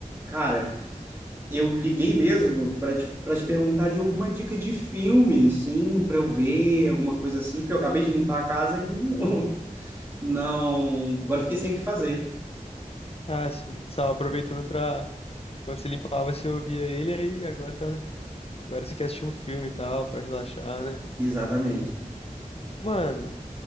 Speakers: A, on the right; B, on the left.
A: cara, eu liguei mesmo para te, para te perguntar de alguma dica de filme, sim, para eu ver, alguma coisa assim, porque eu acabei de limpar a casa e não, <laughs> não, agora eu fiquei sem o que fazer.
B: Ah, sim, estava aproveitando pra... Quando você limpava, você ouvia ele, aí agora tá... Agora você quer assistir um filme e tal, pra relaxar, né?
A: Exatamente.
B: Mano,